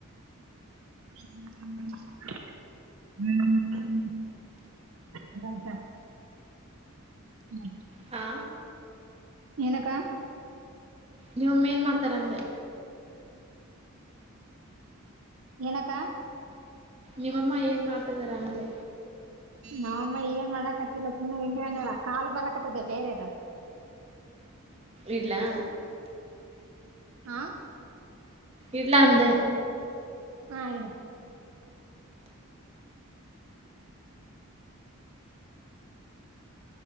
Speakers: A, on the right; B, on the right.
A: <unintelligible> <inaudible> <unintelligible> ಹ್ಮ್
B: ಹಾ
A: ಏನಕ್ಕಾ.
B: ನೀಮ್ಮ ಅಮ್ಮ ಏನ್ ಮಾಡ್ತಾರ ಅಂದ್ರೆ.
A: ಏನಕ್ಕ
B: ನಿಮ್ಮಮ್ಮ ಏನ್ ಮಾಡ್ತಾದಾರೆ ಅಂದೆ.
A: ನಾವಮ್ಮ ಏನ್ ಮಾಡಕತ್ತಲ್ಲ ಸುಮ್ಮ ನಿಂತುಕೊಂದಲ್ಲ ಕಾಲ್ ಬರಕತ್ತದ ಬೇರೆದ.
B: ಇಡ್ಲಾ
A: ಹಾ
B: ಇಡ್ಲ ಅಂದೇ.
A: ಹಾ ಇಡು